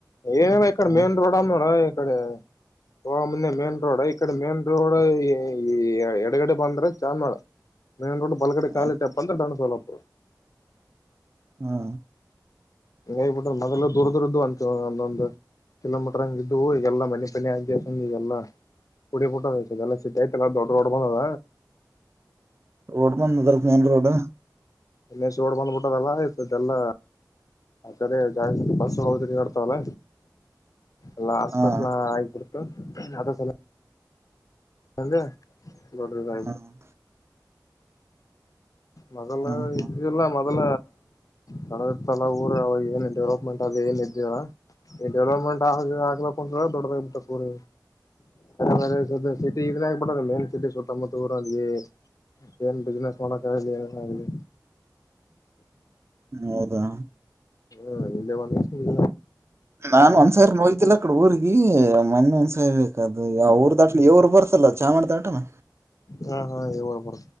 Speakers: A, on the left; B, on the right.
A: ಏನೇಲ್ಲ ಇಕಡೆ
B: ಹ
A: ಮೇನ್ ರೋಡ್ ಅದ ನೋಡ ಇಕಡೆ ಹೋಗೋಮುಂದ ಮೇನ್ ರೋಡ್ ಇಕಡೆ ಮೇನ್ ರೋಡ್ ಈ ಎಡಗಡೆ ಬಂದ್ರೆ ಚಾಮ್ನಳ ಮೇನ್ ರೋಡ್ ಬಲಗಡೆ
B: ಹ
A: ಕಾಲ್ ಇಟ್ಟ್ಯಪ ಅಂದ್ರ ದಂಡ ಸೊಲ್ಲಾಪುರ.
B: ಹ್ಮ.
A: ಹಂಗ ಹೇಬಿಟ್ಟ್ರ ಮೊದಲ್ಲ ದೂರ ದೂರ ಇದ್ದು ಅಂತ ಒಂದೊಂದು ಕಿಲೋಮೀಟರ್ ಹಂಗ ಇದ್ದು ಈಗೆಲ್ಲ ಮನೆ ಪನಿ ಆಗಾನ್ ಈಗೆಲ್ಲಾ ಕುಡಿ ಪುಟ್ಟದ ಆಯತದದೆಲ್ಲ ಸಿಟ್ಟಿ ಆಯ್ತಲ್ಲ ದೊಡ್ಡ ದೊಡ್ಡ ಬಂದದ
B: ರೋಡ್ ಬಂದದ ಅದರ ಮೇನ್ ರೋಡ್
A: ಇಲ್ಲೇಸಿ ರೋಡ್ ಬಂದ್ಬಿಟ್ಟದಲ್ಲ ಇದರ್ದ ಎಲ್ಲ ಆ ಕಡೆ ಜಾಸ್ತಿ ಬಸ್ ಅದು ತೀರ್ಗ್ಯಾಡತಾವಲ್ಲ ಎಲ್ಲಾ ಹಾಸ್ಪಿಟ್ಲ್
B: ಹ
A: ಆಗ್ಬಿಡ್ತ ಅದರ ಸಲ್ವಾಗಿ ಅಂದ ದೊಡ್ಡದದ <unintelligible>
B: ಹ
A: ಮೊದಲ
B: ಹ್ಮ್
A: ಇದ್ದಿಲ್ಲ ಮೊದಲ ಕಳದ ಸಲ ಊರ ಅವಾಗ ಏನ್ ಡೆವಲಪ್ಮೆಂಟ್ ಅದು ಏನ್ ಇದ್ದಿದ್ದಿಲ್ಲ. ಡೆವಲಪ್ಮೆಂಟ್ ಆಗ ಆಗ್ಲಕ್ಕುಂತದ ದೊಡ್ಡದಾಗಗ್ಬಿಟ್ಟ ಪೂರ ಈಗ ಬೇರೆ ಬೇರೆ ಸದ ಸಿಟಿ ಇಡ್ರಾಗ್ ಆಗಿಬಿಟ್ಟಿದಲ್ಲ ಏನು ಸಿಟಿ ಸುತ್ತ ಮುತ್ತ ಊರಲ್ಲಿ ಏನ್ ಬಿಸ್ನೆಸ್ ಮಾಡಕ್ ಆಗಲಿ ಏನ್ ಆಗಲಿ
B: ಹೌದಾ
A: ಹ್ಮ ಇಲ್ಲೆ ಒಂದ <unintelligible>
B: ನಾನ ಒಂದ್ಸಾರಿ ನೋಯ್ತಿಲ್ಲ ಆಕಡೆ ಊರಿಗಿ ಮೊನ್ನೆ ಒಂದ್ಸ ಸರಿ ಬೇಕದು ಅವ್ರು ದಾಟಟ್ಲಿ ಇವ್ರು ಬರ್ತಾಲ್ಲ ಚಾಮರ ಡಾಟಾನ
A: ಹಾ ಹಾ ಇ ಬರಬರ